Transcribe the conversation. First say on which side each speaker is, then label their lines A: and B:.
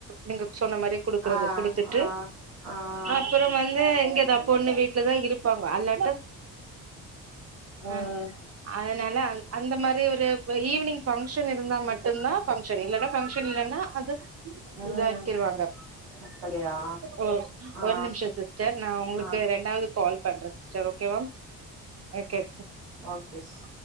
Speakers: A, on the right; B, on the right.
A: நீங்க சொன்ன மாரி குடுக்கறது
B: ஆ
A: குடுத்துட்டு
B: ஆ ஆ
A: அப்புறம் வந்து இங்கதா பொண்ணு வீட்லதா இருப்பாங்க அல்லாட்டு
B: ம்
A: அ அதனால அந்த மாரி ஒரு ஈவினிங் பங்க்ஷன் இருந்தா மட்டு இருந்தா பங்க்ஷன் இல்லனா பங்க்ஷன் இல்லன்னா அது
B: ம்
A: இதாக்கிருவாங்க
B: அப்படியா
A: ஓ
B: ஆ
A: ஒரு நிமிஷம் சிஸ்டர் நா உங்களுக்கு
B: ஆ
A: ரெண்டாவது கால் பண்ற sister okay okay sister
B: okay sis